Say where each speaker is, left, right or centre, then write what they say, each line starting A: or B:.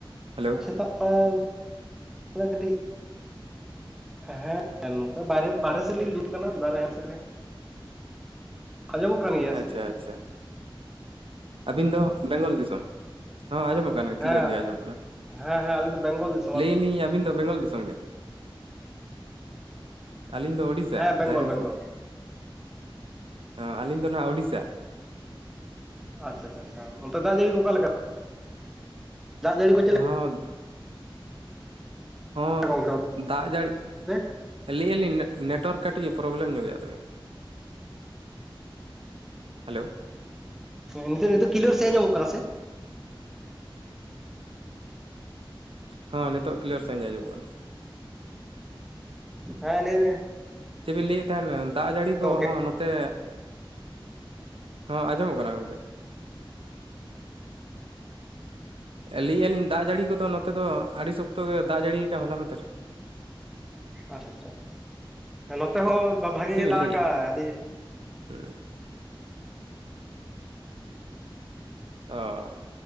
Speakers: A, on the right; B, in the centre.
A: ᱦᱮᱞᱳ!
B: ᱥᱮᱛᱟᱜ ᱯᱟᱭᱟᱨ ᱵᱟᱲᱟ ᱠᱟᱹᱴᱤᱡ ᱦᱮᱸ ᱱᱚᱛᱮ ᱵᱟᱨᱦᱮ ᱥᱮᱫ ᱞᱤᱧ ᱫᱩᱞ ᱟᱠᱟᱱᱟ ᱫᱟᱨᱮ ᱦᱮᱲ ᱥᱮᱫ ᱨᱮ᱾ <unintelligible> ᱟᱸᱡᱚᱢᱚᱜ ᱠᱟᱱ ᱜᱮᱭᱟ?
A: ᱟᱪᱪᱷᱟ
B: ᱥᱮ
A: ᱟᱪᱪᱷᱟ ᱟᱹᱵᱤᱱ ᱫᱚ ᱵᱮᱝᱜᱚᱞ ᱫᱤᱥᱚᱢ ᱦᱚᱸ ᱟᱸᱡᱚᱢᱚᱜ ᱠᱟᱱᱟ? ᱵᱟᱝ
B: ᱦᱮᱸ
A: ᱜᱮ ᱠᱤᱞᱟᱨ ᱜᱮ ᱟᱡᱚᱢᱚᱜ ᱠᱟᱱᱟ᱾
B: ᱦᱮᱸ ᱦᱮᱸ ᱟᱞᱤᱧ ᱫᱚ ᱵᱮᱝᱜᱚᱞ ᱫᱤᱥᱚᱢ᱾
A: ᱞᱟᱹᱭ ᱟᱞᱤᱧ ᱟᱹᱵᱤᱱ ᱫᱚ ᱵᱮᱝᱜᱚᱞ ᱫᱤᱥᱚᱢ ᱜᱮ, ᱟᱹᱞᱤᱧ ᱫᱚ ᱩᱲᱤᱥᱥᱟ
B: ᱦᱮᱸ ᱵᱮᱝᱜᱚᱞ
A: ᱨᱟᱭᱨᱚᱝᱯᱩᱨ,
B: ᱵᱮᱝᱜᱚᱞ
A: ᱟᱹᱞᱤᱧ ᱫᱚ ᱦᱟᱜ ᱳᱲᱤᱥᱥᱟ᱾
B: ᱟᱪᱪᱷᱟ ᱟᱪᱪᱷᱟ ᱚᱱᱛᱮ ᱫᱟᱜ ᱡᱟᱹᱲᱤ ᱠᱚ ᱚᱠᱟ ᱞᱮᱠᱟ? ᱫᱟᱜ ᱡᱟᱹᱲᱤ ᱠᱚ ᱪᱮᱫ
A: ᱦᱚᱸ
B: ᱞᱮᱠᱟ
A: ᱦᱚᱸ
B: ᱜᱚᱝᱠᱮ
A: ᱫᱟᱜ ᱡᱟᱹᱲᱤ
B: ᱚᱱᱛᱮ
A: ᱞᱟᱹᱭ ᱮᱫᱟ ᱞᱤᱧ, ᱱᱮᱴᱣᱟᱨᱠ ᱠᱟᱹᱴᱤᱡ ᱯᱨᱚᱵᱞᱮᱢ ᱧᱚᱜ ᱮᱫᱟ ᱛᱟᱵᱤᱱ᱾ ᱦᱮᱞᱳ
B: ᱩᱻ ᱱᱤᱛᱚᱜ ᱱᱤᱛᱚᱜ ᱠᱤᱞᱳᱲ ᱥᱮᱫ ᱟᱡᱚᱢᱚᱜ ᱠᱟᱱᱟ ᱥᱮ?
A: ᱦᱚ ᱱᱤᱛᱚᱜ ᱠᱞᱤᱭᱟᱨ ᱥᱟᱦᱤᱡ ᱟᱡᱚᱢᱚᱜ ᱠᱟᱱᱟ᱾
B: ᱦᱮᱸ ᱞᱮᱭ ᱢᱮᱼᱼ
A: ᱪᱮᱫ ᱵᱤᱱ ᱞᱟᱹᱭᱼᱼ ᱢᱤᱫᱴᱮᱱ ᱫᱟᱜ ᱡᱟᱹᱲᱤ ᱠᱚᱦᱚᱸ
B: ᱜᱚᱝᱠᱮ
A: ᱱᱚᱛᱮ ᱦᱚᱸ ᱟᱸᱡᱚᱢᱚᱜ ᱠᱟᱱᱟ ᱜᱚᱢᱠᱮ᱾ ᱞᱟᱹᱭ ᱮᱫᱟᱞᱤᱧ ᱫᱟᱜ ᱡᱟᱹᱲᱤ ᱠᱚᱫᱚ ᱱᱚᱛᱮ ᱫᱚ ᱟᱹᱰᱤ ᱥᱚᱠᱛᱚ ᱜᱮ ᱫᱟᱜ ᱡᱟᱹᱲᱤ ᱟᱠᱟᱫᱟᱭ ᱦᱚᱞᱟ ᱢᱟᱫᱮᱨ᱾
B: ᱟᱪᱪᱷᱟ - ᱟᱪᱪᱷᱟ ᱦᱮ ᱱᱚᱛᱮ ᱦᱚᱸ ᱵᱷᱟᱜᱤ
A: ᱪᱮᱫ
B: ᱜᱮ
A: ᱵᱤᱱ
B: ᱫᱟᱜ
A: ᱞᱟᱹᱭᱮᱜᱼᱟ
B: ᱟᱠᱟᱭᱟᱭ ᱟᱹᱰᱤ
A: <unintelligible> ᱟ ᱼᱼ